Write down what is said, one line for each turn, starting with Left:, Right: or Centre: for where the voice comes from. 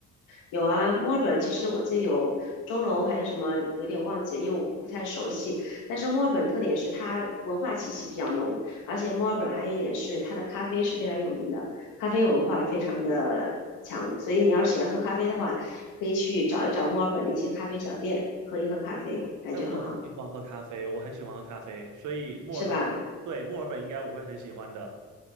Left: 有啊，墨尔本其实我记得有钟楼，还有什么有点忘记了，因为我不太熟悉。但是墨尔本特点是它文化气息比较浓，而且墨尔本还有一点是它的咖啡是非常有名的，咖啡文化非常的强。所以你要是喜欢喝咖啡的话，可以去找一找墨尔本的一些咖啡小店，喝一喝咖啡，感觉很好，
Right: 哎，我很喜欢喝咖啡，我很喜欢喝咖啡，所以墨尔本，
Left: 是吧？
Right: 对，墨尔本应该我会很喜欢的，